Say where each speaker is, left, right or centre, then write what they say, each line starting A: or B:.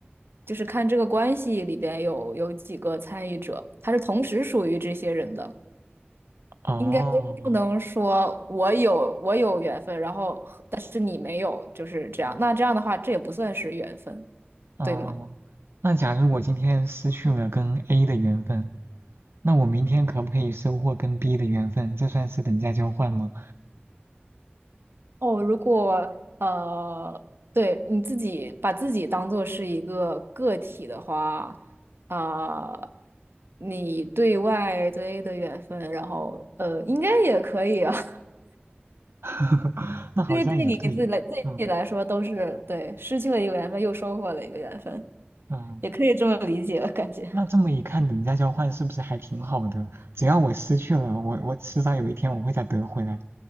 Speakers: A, on the right; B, on the right.
A: 就是看这个关系里边有有几个参与者，它是同时属于这些人的。
B: 哦，
A: 应该不能说我有我有缘分，然后但是你没有，就是这样。那这样的话，这也不算是缘分，
B: 哦，
A: 对吗？
B: 那假如我今天失去了跟 A 的缘分，那我明天可不可以收获跟 B 的缘分？这算是等价交换吗？
A: 哦，如果呃，对你自己把自己当做是一个个体的话，啊、你对外对的缘分，然后呃，应该也可以啊。<laughs>
B: <laughs> 那好像也对，
A: 对，对你自己来自己来说都是对，
B: 嗯
A: 失去了一个缘分，又收获了一个缘分，
B: 嗯。
A: 也可以这么理解，我感觉。
B: 那这么一看，等价交换是不是还挺好的？只要我失去了，我我迟早有一天我会再得回来，